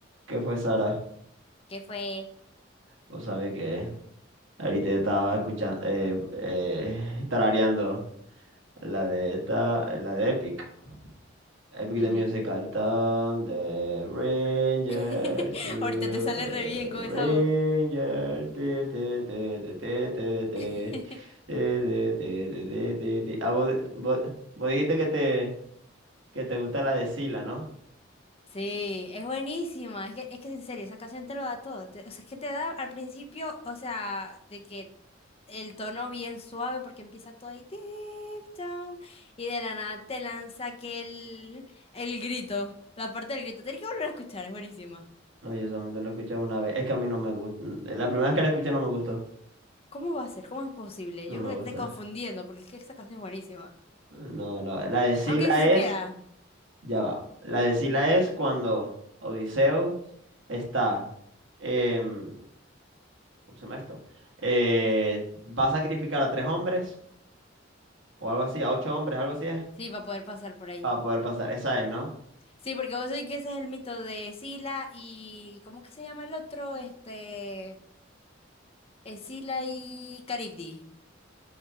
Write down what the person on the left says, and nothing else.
¿Qué fue?
Ujú.
<laughs>
Ahorita te sale re bien con esa
voz.
<laughs>
Sí, es buenísima. Es que, es que en serio, esa canción te lo da todo. te- o sea, es que te da al principio, o sea, de que el tono bien suave porque empieza todo ahí deep down y de la nada te lanza aquel el grito, la parte del grito. Tienes que volver a escuchar, es buenísima.
¿Cómo va a ser? ¿Cómo es posible?
Yo
creo que
te estoy confundiendo porque es que esa canción es buenísima.
Aunque si supiera,
sí, va a poder pasar por ahí.
Sí, porque vos sabés que ese es el mito de Sila y... ¿Cómo que se llama el otro? Este... eh, Sila y Caribdi.